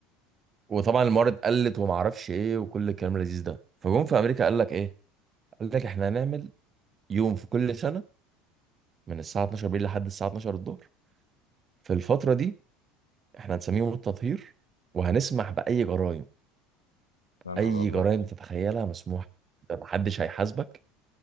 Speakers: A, on the right; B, on the left.
A: وطبعا الموارد قلت وما اعرفش ايه وكل الكلام اللذيذ ده فجم في امريكا قال لك ايه قال لك احنا هنعمل يوم في كل سنه من الساعة 12 بالليل لحد الساعة 12 الظهر في الفترة دي احنا هنسميه يوم التطهير وهنسمح بأي جرائم
B: يا نهار
A: أي
B: ابيض
A: جرائم تتخيلها مسموح محدش هيحاسبك